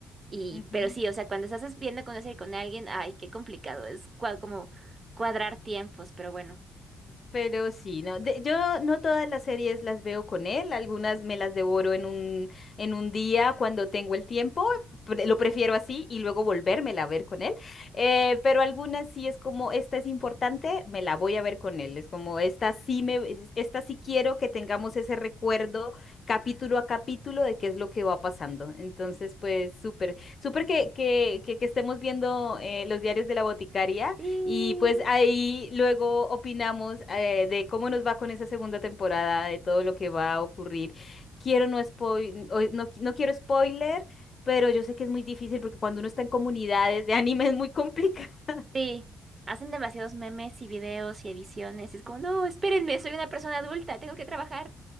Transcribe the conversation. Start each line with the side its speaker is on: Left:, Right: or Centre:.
Right: Y,
Left: ujú.
Right: pero sí, o sea, cuando estás viendo con serie con alguien, ay, qué complicado, es cua- como cuadrar tiempos, pero bueno.
Left: Pero sí, no. de- yo no todas las series las veo con él, algunas me las devoro en un, en un día cuando tengo el tiempo, pre- lo prefiero así y luego volvérmela a ver con él. eh, pero algunas sí es como, esta es importante, me la voy a ver con él. Es como, esta sí me, es- esta sí quiero que tengamos ese recuerdo capítulo a capítulo de qué es lo que va pasando. Entonces, pues súper, súper que, que, que, que estemos viendo eh, los diarios de la boticaria
Right: Sí.
Left: y pues ahí luego opinamos eh, de cómo nos va con esa segunda temporada, de todo lo que va a ocurrir. Quiero no spoil, o- no, qui- no quiero spoiler, pero yo sé que es muy difícil porque cuando uno está en comunidades de anime es muy complicado. <laughs>
Right: Sí, hacen demasiados memes y videos y ediciones. Es como, no, espérenme, soy una persona adulta, tengo que trabajar.